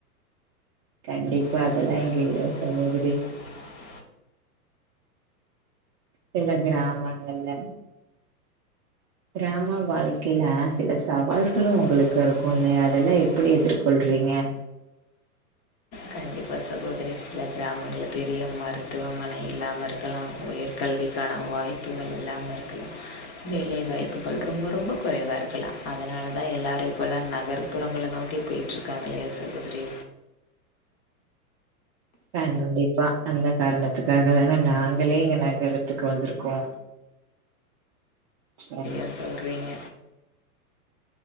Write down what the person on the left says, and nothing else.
அது
ரொம்ப
அந்த
பிரச்சனை
உண்டு.
சவால்கள்
உங்களுக்கு வருது.
நீங்க
அதெல்லாம் எப்படி
கண்டிப்பா சகோதரி சகோத்ரி கிராமங்கல்ல பெரிய மருத்துவமனை இல்லாம இருக்கலா உயர்கல்விக்கான
வாய்ப்புகள் இல்லாம இருக்கலா வேலைவாய்ப்பு
ப ரொம்போ ரொம்போ குறைவா இருக்குலா அதனாலதா எல்லாரு இப்பல்லா நகர்ப்புறங்கள நோக்கி போய்டிட்டுருக்காங்கலயா சகோதரி
ஏ சொல்றீங்க